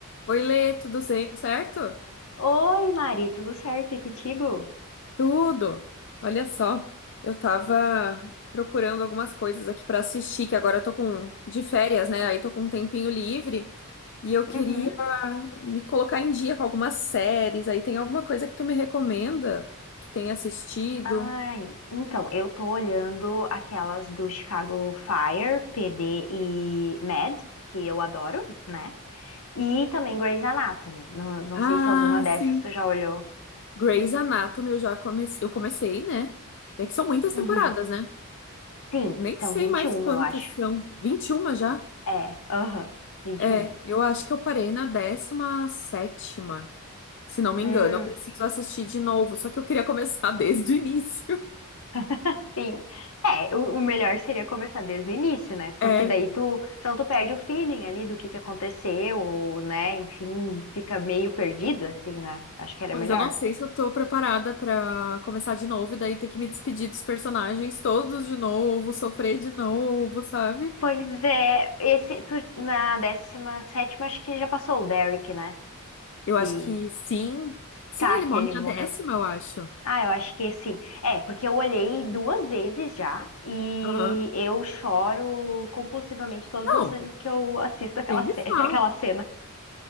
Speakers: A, on the left; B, on the left.
A: Oi, Lê, tudo ze- certo?
B: Oi, Mari, tudo certo? E contigo?
A: Tudo. Olha só, eu tava procurando algumas coisas aqui pra assistir, que agora eu tô com de férias, né? Aí tô com um tempinho livre e eu
B: Uhum.
A: queria me colocar em dia com algumas séries. Aí tem alguma coisa que tu me recomenda que tenha assistido?
B: Ai, então, eu tô olhando aquelas do Chicago Fire, PD e Mad, que eu adoro, né? E também Grey's Anatomy. Não, não
A: Ah,
B: sei se alguma dessas
A: sim.
B: tu já olhou.
A: Grey's Anatomy, eu já comecei, eu comecei, né? É que são muitas temporadas,
B: Uhum.
A: né?
B: Sim,
A: Nem sei
B: são 21,
A: mais quantas
B: eu acho.
A: são. 21 já?
B: É, aham, 21.
A: É, eu acho que eu parei na décima sétima, se não me
B: Hum,
A: engano. Eu preciso assistir de novo, só que eu queria começar <laughs> desde o início.
B: <laughs> Sim. É, o, o melhor seria começar desde o início, né? Porque
A: É,
B: daí tu, senão tu perde o feeling ali do que que aconteceu, ou, né? Enfim, fica meio perdido, assim, né? Acho que era
A: mas
B: melhor.
A: eu não sei se eu tô preparada pra começar de novo e daí ter que me despedir dos personagens todos de novo, sofrer de novo, sabe?
B: Pois é, esse, tu, na décima sétima acho que já passou o Derek, né?
A: Eu
B: Que,
A: acho que sim. Sim,
B: tá,
A: ele
B: que
A: morre
B: ele
A: na
B: morreu.
A: décima, eu acho.
B: Ah, eu acho que sim. É, porque eu olhei duas vezes já e
A: Aham.
B: eu choro compulsivamente todas
A: Não,
B: as vezes que eu assisto aquela,
A: nem me
B: sé-
A: fala.
B: <laughs> aquela cena.